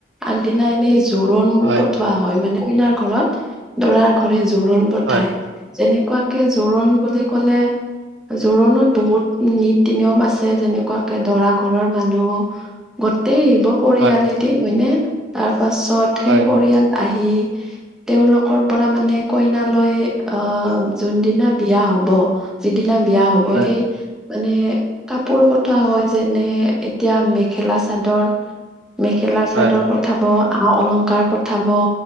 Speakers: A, in the centre; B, on the right (about 75°).
A: আগদিনা এনেই জোৰোণ
B: হয়
A: পঠোৱা হয় মানে কইনাৰ ঘৰত দৰাৰ ঘৰে জোৰোণ পঠায়।
B: হয়
A: যেনেকুৱাকে জোৰোণ বুলি ক'লে জোৰোণত বহুত নীতি নিয়ম আছ যেনেকুৱাকে দৰা ঘৰৰ মানুহ গোটই আহিব পৰিয়ালেদি
B: হয়
A: হয়নে। তাৰ পাছত
B: হয়
A: সেই পৰিয়াল আহি তেওঁলোকৰ পৰা মানে কইনা লৈ আহ যোনদিনা বিয়া হ'ব। যিদিনা বিয়া হ'ব
B: হয়
A: সেই মানে কাপোৰ পঠোৱা হয় যেনে এতিয়া মেখেলা চাদৰ মেখেলা চাদৰ
B: হয়
A: পঠাব আ অলংকাৰ পঠাব